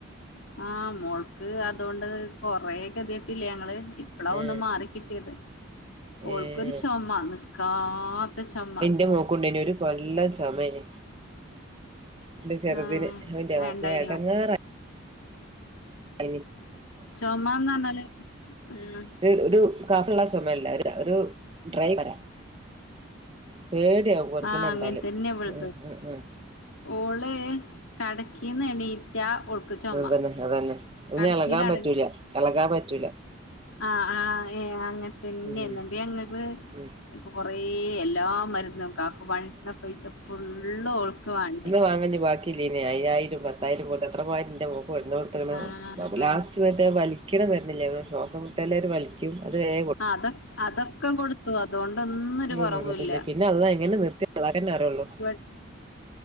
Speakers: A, on the left; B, on the right.
A: ആ മോൾക്ക് അതോണ്ട് കൊറെ കെ തിട്ടീലെ ഞങ്ങള്. ഇപ്പളാ
B: ഏഹ്
A: ഒന്ന് മാറിക്കിട്ടിത് ഓൾക്കൊരു
B: ഏഹ്
A: ചുമ നിക്കാത്ത ചുമ.
B: ന്റെ മോക്കുണ്ടായ്ന് ഒര് കൊല്ല ചുമേന് ന്റെ ചെറുതിന്
A: ആഹ്
B: അഹ് ന്റെ
A: ആഹ്
B: റബ്ബേ
A: ഇണ്ടായിനോ
B: എടങ്ങാറ <unintelligible>
A: ചൊമന്ന് പറഞ്ഞാല് ആഹ്
B: ഒരു ഒരു കഫള്ള ചുമയല്ല ഒരു ഡ്രൈ കൊര. പേടിയാവും കൊര്ക്കണണ്ടാല്
A: ആഹ് അങ്ങനെ തന്നെ ഇവൾതും
B: അ അ ആ
A: ഓള് കടക്കിന്ന് എണീറ്റാ ചൊമ
B: അതന്നെ അതതന്നെ ഇന്നെ
A: കടക്കീല്
B: ഇളകാൻ പറ്റൂല ഇളകാൻ പറ്റൂല
A: ആ ആ ഏ അങ്ങനത്തന്നെണ്ട്
B: ഉം
A: ന്നിട്ട് ഞങ്ങള്
B: ഉം
A: കൊറേ എല്ലാ മരുന്നും കാക്ക പണിട്ടുന്ന പൈസ ഫുള്ള് ഓൾക്ക് വേണ്ടി
B: <unintelligible> ബാക്കി ഇെ അയ്യായിരം പത്തായിരം പോലെ എത്രമാരി ഇന്റെ മോൾക് കൊടന്ന് കൊട്ത്ത്ണ്
A: ആഹ്
B: ലാസ്റ്റ് മറ്റേ വലിക്കണ മരുന്നില്ല നമ്മളെ ശ്വാസം മുട്ടൽ ക്കാര് വലിക്കണ അത് വരെ കൊട്
A: ആ അതൊ അതൊക്കെ കൊടുത്തു അതോണ്ടൊന്നും
B: കൊടു
A: ഒരു കുറവുല്ല
B: ഉം നിന്നിട്ടില്ല പിന്നെ അല്ലാഹ് എങ്ങനെ നിർത്തിന്ന് അല്ലാഹ്ക്കെന്നെ അറിയൊള്ളൂ
A: ഉ